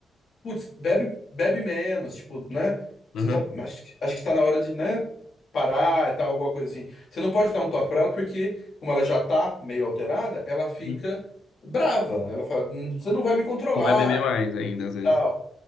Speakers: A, on the left; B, on the left.
A: putz, bebe, bebe menos, tipo, né? Você
B: Uhum.
A: tá, acho, que- acho que tá na hora de, né, parar e tal, alguma coisa assim. Você não pode dar um toque pra ela porque, como ela já tá meio alterada, ela fica
B: Uhum.
A: brava. Ela fala, "Hum, você não vai me controlar,
B: E vai beber mais ainda, às vezes.
A: tal.